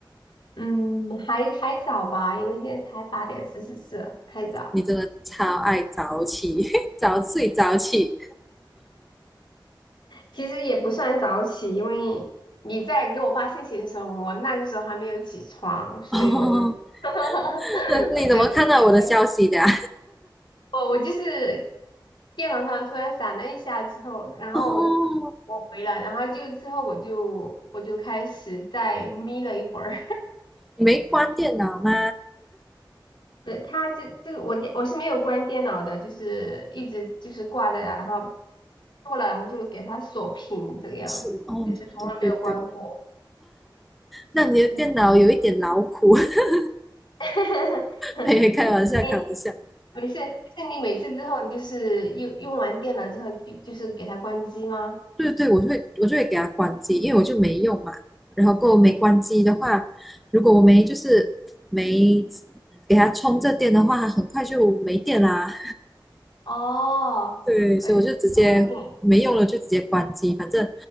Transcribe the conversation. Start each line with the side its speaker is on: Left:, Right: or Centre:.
Left: 嗯，还还早吧，因为现在才八点四十四，还早。
Centre: 你真的超爱早起，<laughs> 早睡早起
Left: 其实也不算早起，因为你在给我发信息的时候，我那个时候还没有起床，所以我就，
Centre: 哦。
Left: <laughs>
Centre: 那你怎么看到我的消息的啊？
Left: 我就那个，我我就是电脑上突然闪了一下之后，然后我回了，
Centre: <laughs> 哦，
Left: 然后就之后我就我就开始再眯了一会儿。
Centre: 你没关电脑吗？
Left: 呃，它这这个我电我是没有关电脑的，就是一直就是挂着，然后过了，然后就给它锁屏这个样子，
Centre: 是哦，
Left: 就是从来没有关过。
Centre: 对对对，那你的电脑有一点劳苦。
Left: 你
Centre: <laughs>
Left: <laughs>
Centre: 嘿开玩笑，
Left: 你你
Centre: 开玩笑。
Left: 没事，就是你每次之后就是用用完电脑之后就就是给它关机吗？
Centre: 对对，我就会我就会给它关机，因为我就没用嘛。然后够没关机的话，如果我没就是没给它充这电的话，它很快就没电啦。
Left: 哦，
Centre: 对，
Left: 而且是消耗电。
Centre: 所以我就直接没用了，就直接关机。反正